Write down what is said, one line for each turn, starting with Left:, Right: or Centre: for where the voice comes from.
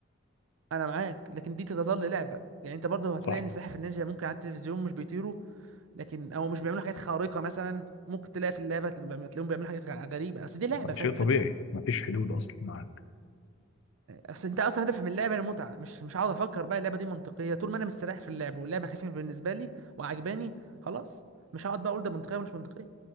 Right: انا معاك لكن دي تظل لعبه يعني انت برضه هتلاقي
Left: صح
Right: ان سلاحف النينجا ممكن على التلفزيون مش بيطيروا لكن او مش بيعملوا حاجات خارقه مثلا ممكن تلاقي في اللعبه تلاقيهم بيعملوا حاجات غ- غريبه اصل دي لعبه
Left: شيء
Right: فاهم الفكره
Left: طبيعي مفيش حدود أصلا معاك
Right: اصل انت اصلا هدف من اللعبه المتعه مش مش هقعد افكر بقى اللعبه دي منطقيه طول ما انا مستريح في اللعب واللعبه خفيفه بالنسبه لي وعجباني خلاص مش هقعد بقى اقول ده منطقيه ومش منطقيه